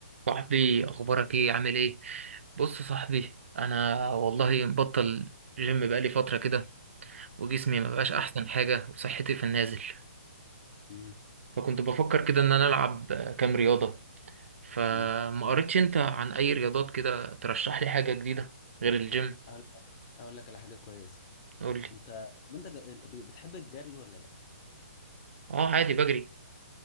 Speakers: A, on the right; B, on the left.
A: صاحبي اخبارك ايه عامل ايه بص يا صاحبي انا والله مبطل جيم بقالي فتره كده وجسمي ما بقاش
B: مم.
A: احسن حاجه وصحتي في النازل
B: مم.
A: فكنت بفكر كده ان انا العب آه، كام رياضه فما
B: مم.
A: قريتش انت عن اي رياضات كده ترشح لي حاجه جديده غير الجيم
B: اقول لك اقول لك على حاجه كويسه
A: قول لي
B: انت طب انت ج... انت ب- بتحب الجري ولا لا
A: اه عادي بجري